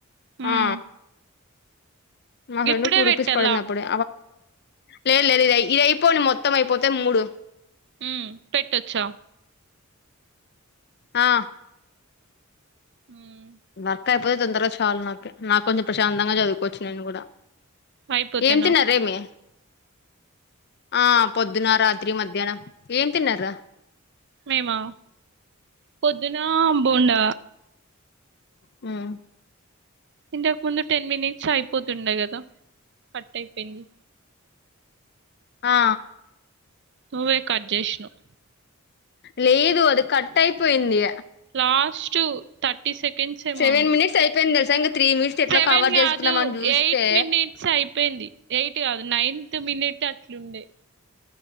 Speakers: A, on the right; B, on the left.
A: హ్మ్.
B: ఆ మా ఫ్రెండ్
A: ఇప్పుడే
B: ను టూ రూపీస్
A: పెట్టాలా?
B: పడింది అప్పుడే లేదు లేదు ఇద ఇది అయిపోనీ మొత్తం అయిపోతే మూడు
A: హ్మ్ పెట్టొచ్చా
B: ఆ
A: హ్మ్.
B: <inaudible> అక్క అయిపోతే తొందరగా చాలు నాక నాకు కొంచెం ప్రశాంతంగా చదువుకోవచ్చు నేను కూడా
A: అయిపోతేనా?
B: ఏం తిన్నారేమి ఆ పొద్దున్న రా రాత్రి మధ్యాహ్నం ఏం తిన్నార
A: మేమా పొద్దున బోండా
B: మ్మ్
A: ఇంటక ముందు టెన్ మినిట్స్ అయిపోతుండ కదా కట్ అయిపోయింది
B: ఆ
A: నువ్వే కట్ చేష్ణవ్
B: లేదు అది కట్ అయిపోయింది
A: లాస్టు తట్ సెకండ్స్ ఏమో
B: సెవెన్
A: ఉండే
B: మినిట్స్ అయిపోయింది తెలుసా ఇంకా త్రీ మినిట్స్ ఎట్లా
A: సెవెన్
B: కవర్
A: కాదు
B: చేసుకుందాం అని చూస్తే
A: ఎయిట్ మినిట్స్ అయిపోయింది ఎయిట్ కాదు నైన్త్ మినిట్ అట్లుండే